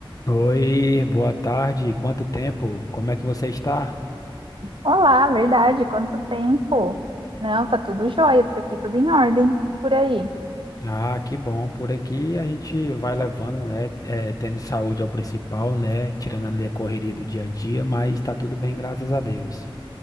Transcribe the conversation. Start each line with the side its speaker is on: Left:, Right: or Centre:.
Left: Oi, boa tarde. Quanto tempo? Como é que você está?
Right: Olá, verdade, quanto tempo? Não, tá tudo jóia por aqui, tudo em ordem. E por aí?
Left: Ah, que bom. Por aqui a gente vai levando, né? eh, tendo saúde é o principal, né? Tirando ali a correria do dia a dia, mas tá tudo bem, graças a Deus.